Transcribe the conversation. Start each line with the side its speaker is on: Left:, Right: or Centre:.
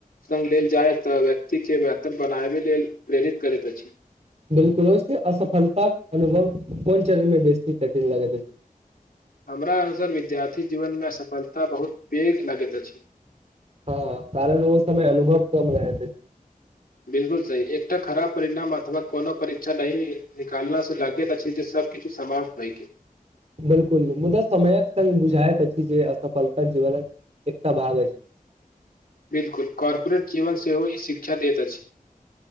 Left: संग लेल जाय तऽ व्यक्ति के महत्व बनाबे लेल प्रेरित करैत अछि
Right: बिल्कुल वैसे असफलता। अनुभम कोन चरणमे बेसी कठिन लागैत अछि।
Left: हमरा अनुसार विद्यार्थी जीवनमे असफलता बहुत पैघ लगैत अछि।
Right: हँ कारण ओ समय अनुभव कम रहैत अछि।
Left: बिल्कुल सही एकटा खराब परिणाम अथवा कोनो परीक्षा नहि निकाला स लागैत अछि जे सब किछ समाज भय गेल।
Right: बिल्कुल मुदा समयक संग बुझायइत अछि जे असफलता जीवनक एकटा भाग अछि।
Left: बिल्कुल कॉर्पोरेट जीवन सेहो ई शिक्षा दैत अछि।